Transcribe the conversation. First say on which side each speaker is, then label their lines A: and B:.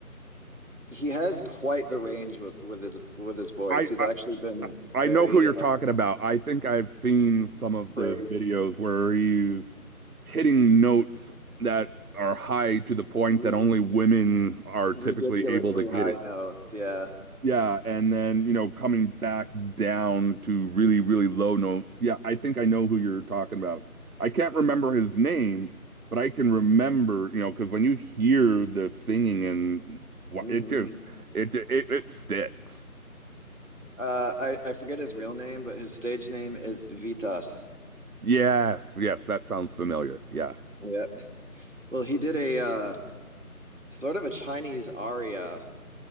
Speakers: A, on the right (about 55°); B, on the right (about 70°).
A: he has quite the range with, with his with his voice.
B: I,
A: He's
B: I
A: actually been
B: I
A: very
B: know who you're
A: uh,
B: talking about. I think I've seen some of
A: praised
B: the videos where he's hitting notes that are high to the point
A: ri-
B: that only women are
A: ridiculously
B: typically able to get
A: high
B: it.
A: notes. Yeah.
B: Yeah, and then, you know, coming back down to really, really low notes. Yeah, I think I know who you're talking about. I can't remember his name, but I can remember, you know, because when you hear the singing and wha-
A: hmm
B: it just it it, it sticks.
A: Uh, I I forget his real name, but his stage name is Vitas.
B: Yes, yes, that sounds familiar. Yeah.
A: Yeah. Well, he did a uh, sort of a Chinese aria,